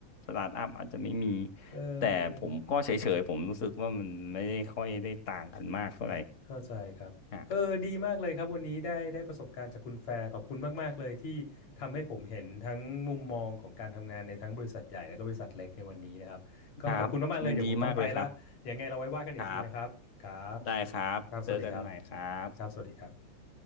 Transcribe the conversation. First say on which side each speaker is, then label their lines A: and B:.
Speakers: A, on the left (about 40°); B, on the left (about 65°).
A: สตาร์ทอัพอาจจะไม่มี
B: เอ
A: แต่ผมก็เฉยๆผมรู้สึกว่ามันไม่ได้ค่อยได้ต่างกันมากเท่าไหร่
B: อเข้าใจครับเออดีมากเลยครับวันนี้ได้ได้ประสบการณ์จากคุณแฟร์ขอบคุณมากๆเลยที่ทำให้ผมเห็นทั้งมุมมองของการทำงานในทั้งบริษัทใหญ่แล้วก็บริษัทเล็กในวันนี้นะครับก็ขอบคุณมากๆเลยเดี๋ยวผมต้องไปละเดี๋ยวไงเราไว้ว่ากันอีกทีนะครับครับ
A: อ่ะครับยินดีมากเลยครับครับได้ครับเจอกันใหม่ครับ
B: ครับสวัสดีครับครับสวัสดีครับ